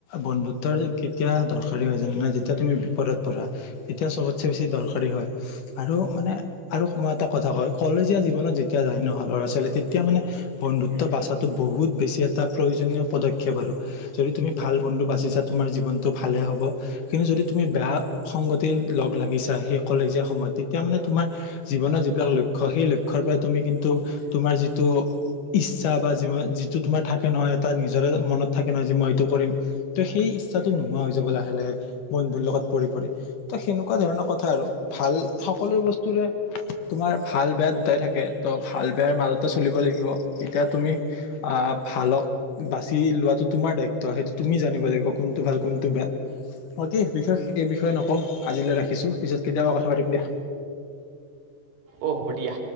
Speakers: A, on the left; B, on the right.
A: বন্ধুত্বৰ কেতিয়া দৰকাৰী হয় জান নে যেতিয়া তুমি বিপদত পৰা তেতিয়া চবতছে বেছি দৰকাৰী হয় আৰু মানে আৰু মই এটা কথা কও কলেজীয়া জীৱনত যেতিয়া তেতিয়া যাই নহয় ল'ৰা ছোৱালী তেতিয়া মানে বন্ধুত্ব বাচাতো বহুত বেছি এটা প্ৰয়োজনীয় পদক্ষেপ আৰু। যদি তুমি ভাল বন্ধু বাচিছা তোমাৰ জীৱনটো ভালে হব কিন্তু যদি তুমি বেয়া সংগতি লগ লাগিছা সেই কলেজীয়া সময়ত তেতিয়া মানে তোমাৰ জীৱনৰ যিবিলাক লক্ষ্য সেই লক্ষ্যৰ পৰা তুমি কিন্তু তোমাৰ যিটো ইচ্ছা বা যি যিটো তোমাৰ থাকে নহয় এটা নিজৰে মনত থাকে নহয় যে মই এইটো কৰিম ত' সেই ইচ্ছাটো নোহোৱা হৈ যাব লাহে লাহে বন্ধুৰ লগত পৰি পৰি তো সেনেকুৱা ধৰণৰ কথা আৰু ভাল সকলো বস্তুৰে তোমাৰ ভাল বেয়া দুটাই থাকে। তো ভাল বেয়াৰ মাজতে চলিব লাগিব এতিয়া তুমি আ ভালক বাচি লোৱাটো তোমাৰ দায়িত্ব সেইটো তুমি জানিব লাগিব কোনটো ভাল কোনটো বেয়া। অ' কি বিশেষ এই বিষয়ে নকওঁ আজিলৈ ৰাখিছো পিছত কেতিয়াবা কথা পাতিম দিয়া।
B: অ' হ'ব দিয়া।